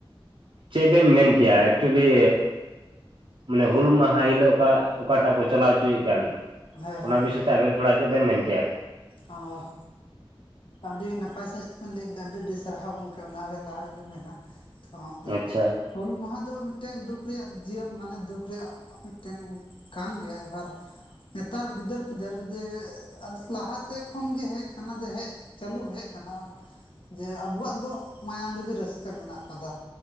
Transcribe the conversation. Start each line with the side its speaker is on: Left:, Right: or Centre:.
Right: ᱪᱮᱫ ᱵᱮᱱ ᱢᱮᱱ ᱠᱮᱭᱟ? ᱮᱠᱪᱩᱞᱤᱼᱼ ᱢᱟᱱᱮ ᱦᱩᱞ ᱢᱟᱦᱟ ᱦᱤᱞᱳᱜ ᱚᱠᱟ ᱚᱠᱟᱴᱟᱜ ᱠᱚ ᱪᱟᱞᱟᱣ ᱚᱪᱚᱭᱠᱟᱱ
Left: ᱦᱮᱸ
Right: ᱚᱱᱟ
Left: ᱦᱮᱸ
Right: ᱵᱤᱥᱚᱭ ᱼᱼ ᱛᱮ ᱟᱵᱮᱱ ᱛᱷᱚᱲᱟ ᱪᱮᱫ ᱵᱮᱱ ᱢᱮᱱ ᱠᱮᱭᱟ?
Left: ᱚᱸᱻ ᱟᱹᱰᱤ ᱱᱟᱯᱟᱭ ᱥᱟᱸᱦᱤᱡ ᱛᱮᱵᱤᱱ ᱞᱟᱹᱭ ᱠᱮᱫᱟ ᱟᱹᱰᱤ ᱟᱹᱰᱤ ᱥᱟᱨᱦᱟᱣ ᱜᱚᱝᱠᱮ ᱚᱱᱟ ᱨᱮ ᱞᱟᱦᱟ ᱨᱮᱜᱤᱧ ᱢᱮᱱᱟ ᱾ ᱛᱚᱼᱼ
Right: ᱟᱪᱪᱷᱟ ᱾
Left: ᱦᱩᱞ ᱢᱟᱦᱟ ᱫᱚ ᱢᱤᱫᱴᱮᱱ ᱫᱩᱠ ᱨᱮᱭᱟᱜ ᱡᱤᱭᱚᱱ ᱢᱟᱱᱮ ᱫᱩᱠ ᱨᱮᱭᱟᱜ ᱢᱤᱫᱴᱮᱱ ᱠᱟᱱ ᱜᱮᱭᱟ ᱮᱵᱟᱨᱼᱼ ᱱᱮᱛᱟᱨ ᱜᱤᱫᱟᱹᱨ ᱯᱤᱫᱟᱹᱨ ᱡᱮ, ᱟᱫᱚ ᱞᱟᱦᱟ ᱛᱮ ᱠᱷᱚᱱ ᱜᱮ ᱦᱮᱡ ᱠᱟᱱᱟ ᱡᱮ ᱦᱮᱡᱼᱼ ᱪᱟᱹᱞᱩ ᱦᱮᱡ ᱠᱟᱱᱟ ᱡᱮ ᱟᱵᱩᱣᱟᱜ ᱫᱚ ᱢᱟᱭᱟᱢ ᱨᱮᱜᱮ ᱨᱟᱹᱥᱠᱟᱹ ᱢᱮᱱᱟᱜ ᱠᱟᱫᱟ ᱾